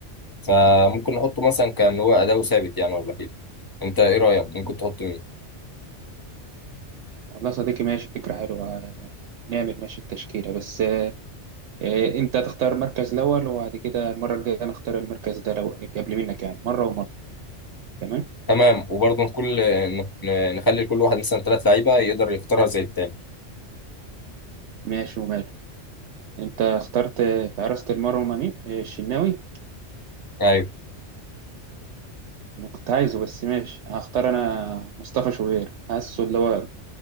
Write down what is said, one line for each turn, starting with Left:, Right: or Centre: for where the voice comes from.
Left: فممكن نحطه مثلا كان هو اداؤه ثابت يعني ولا كده انت ايه رأيك ممكن تحط مين
Right: والله صديقي ماشي فكرة حلوة آه، نعمل ماشي التشكيلة بس آه، آه، أنت تختار المركز الأول وبعد كده المرة الجاية نختار المركز ده لو قبل منك يعني مرة ومرة تمام
Left: تمام وبرضه كل نخلي لكل واحد مثلا ثلاث لعيبة يقدر يختارها زي التاني
Right: ماشي وماله أنت اخترت آه، في حراسة المرمى مين آه، الشناوي
Left: ايوه
Right: ما كنت عايزه بس ماشي هختار أنا مصطفى شوبير حاسه اللي هو